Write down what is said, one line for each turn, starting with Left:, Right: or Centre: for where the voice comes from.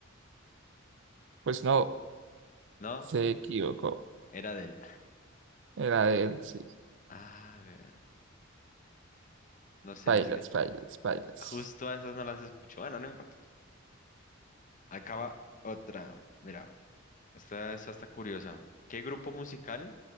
Right: Pues no,
Left: ¿no?
Right: se equivocó.
Left: Era Adele.
Right: Era de él, sí.
Left: Ah, vean, no sé,
Right: Failas,
Left: es que
Right: failas, failas.
Left: justo a esas no las escucho. Bueno, no importa. Acaba otra. Mira, esta es hasta curiosa. ¿Qué grupo musical